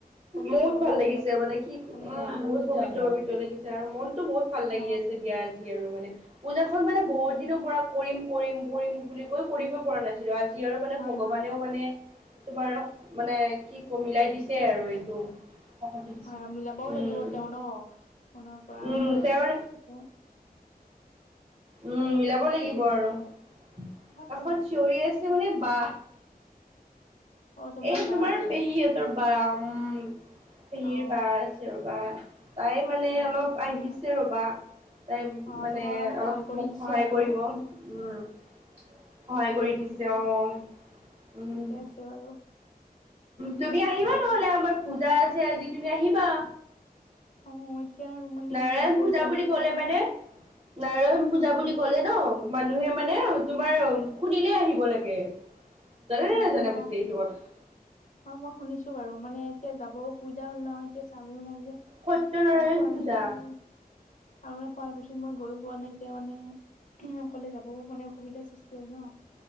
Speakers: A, on the left (about 55°); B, on the right (about 35°).
A: পবিত্ৰ
B: বহুত
A: পবিত্ৰ
B: ভাল লাগিছে
A: লাগে
B: মানে কি
A: ভাল লাগে
B: বহুত পবিত্ৰ পবিত্ৰ লাগিছে আৰু মনতটো বহুত ভাল লাগি
A: অ
B: আছে দিয়া আ যি আৰু মানে পূজাখন মানে বহুত
A: হয়
B: দিনৰ
A: হয়
B: পৰা কৰিম কৰিম কৰিম বুলি কৈ কৰিব পৰা নাছিল আজি আৰু মানে
A: হয়
B: ভগৱানেও
A: হয়
B: মানে তোমাৰ মানে কি কমিলাই দিছে আৰু এইটো কাকতি দিছে
A: হয় আৰু মিলাবও
B: উম
A: লাগিব তেওঁ ন মনৰ পৰা
B: উম
A: এইটো আৰু
B: তেওঁৰ
A: সে
B: উম মিলাব লাগিব
A: আছে
B: আৰু কাষত
A: কোন আছে
B: চিঞৰি আছে মানে বহ
A: অ
B: এই তোমাৰ
A: বা আছে
B: পেহী এজৰ বা উ ভিৰ
A: অ
B: বা আছে ৰব তাই মানে
A: হয়
B: অলপ
A: হয়
B: আহিছে ৰ'বা তাই
A: অ
B: মানে
A: তোমাৰ কাৰণে সহায়
B: অলপ
A: কৰি
B: মোক
A: দিছে
B: সহায়
A: আৰু
B: কৰিব উ সহায়
A: হয়
B: কৰি
A: হয়
B: দিছে
A: ঠিকে
B: অ উম
A: ঠিকে আছে বাৰু
B: তুমি আহিবা
A: বাকী
B: নহ'লে আমাৰ পূজা আছে আজি তুমি আহিবা
A: অ এতিয়া আৰু মানে
B: নাৰায়ণ
A: কেনেকৈ
B: পূজা
A: যাওঁ
B: বুলি
A: এতিয়া
B: কলে
A: আৰু
B: মানে নাৰায়ণ পূজা
A: উম
B: বুলি কলে ন মানুহে মানে তোমাৰ খুনিলে আহিব লাগে জানেনে
A: অ
B: নাই
A: মানে
B: জানে বুছে এইটো কথা
A: অ মই শুনিছো বাৰু মানে এতিয়া যাব অসুবিধা হ'ল নহয় এতিয়া চামিও নাই যে আৰু
B: সত্যনাৰায়ণ
A: শোৱাল
B: পূজা।
A: গছে আৰু মানে শুৱালকুছিত মই গৈো পোৱা নাই যে মানে অকলে যাবও মানে অসুবিধাৰ সৃষ্টি হয় ন